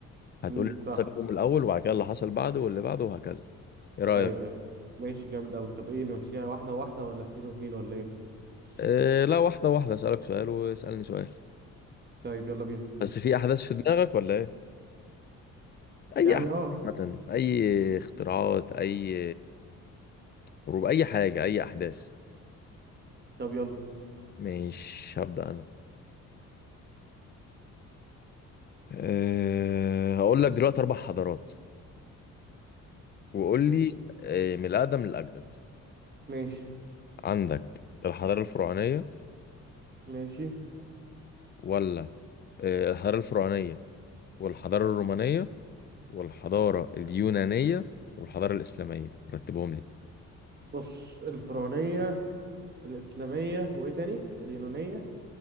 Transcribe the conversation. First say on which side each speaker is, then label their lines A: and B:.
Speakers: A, on the left; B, on the right.
A: هتقول
B: امم
A: اللي
B: فاهم
A: حصل في اليوم الاول وبعد كده اللي حصل بعده واللي بعده وهكذا ايه رايك
B: ايوه ايوه ماشي جامد قوي طب ايه نمشيها واحده واحده ولا اتنين واتنين ولا ايه
A: أه لا واحده واحده اسالك سؤال واسالني سؤال
B: طيب يلا بينا
A: بس في احداث في دماغك ولا ايه اي
B: يعني
A: احداث
B: اه
A: عامه اي اختراعات اي حروب اي حاجه اي احداث
B: طب يلا
A: مش هبدا انا أه هقول لك دلوقتي اربع حضارات وقول
B: ماشي
A: لي أه من الاقدم للاجدد
B: ماشي
A: عندك الحضاره الفرعونيه
B: ماشي
A: ولا أه الحضاره الفرعونيه والحضاره الرومانيه والحضارة اليونانية والحضارة الإسلامية رتبهم لي
B: بص الفرعونيه الاسلاميه وايه تاني اليونانيه